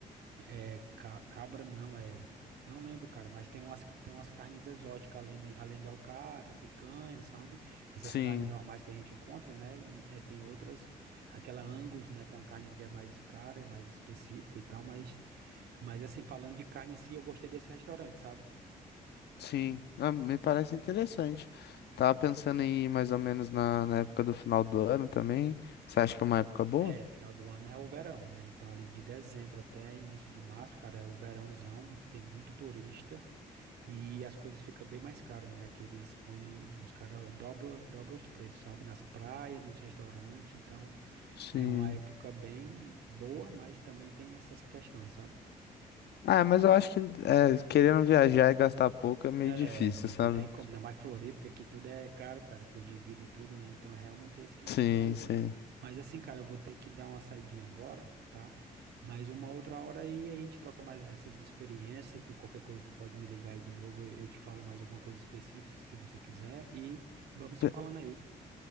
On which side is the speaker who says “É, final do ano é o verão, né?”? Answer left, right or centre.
Right